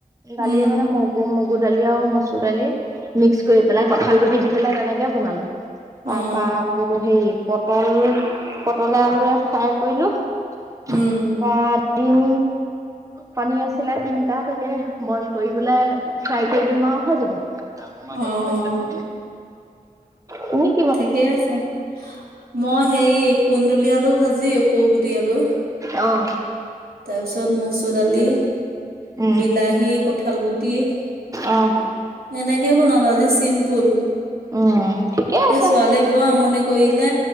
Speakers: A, on the right; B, on the right.
A: দালিৰ
B: উম,
A: মানে মগ- গু মগু দালি, আৰু মচুৰ দালি মিক্স কৰি পেলাই কঁঠাল গুটি দি পেলাই তেনেকে বনালো।
B: অ',
A: তাৰ পৰা আকৌ হেৰি পটল পটলে আলুৱে ফ্ৰাই কৰিলো। <inaudible>
B: উম।
A: পা ডিম কণী আছিলে তিনটা তাকে বইল কৰি পেলাই ফ্ৰাই কৰি দিম আও হৈ যাব। ডাঙ মাছ
B: অ', অ',
A: আছিলে ভাজিলো। তুমিক-
B: ঠিকেই আছে। মই হেই কুন্দুলি, আলু, ভাজি সৰু গুটি আলু।
A: অহ।
B: তাৰপিছত মচুৰ দালি,
A: উম
B: বিলাহী, কঁঠাল গুটি।
A: অ'
B: এনেকে বনালো আজি চিম্পুল,
A: উম ঠিকে
B: সেই
A: আছে।
B: ছোৱালীয়ে বৰ আমনি কৰিলে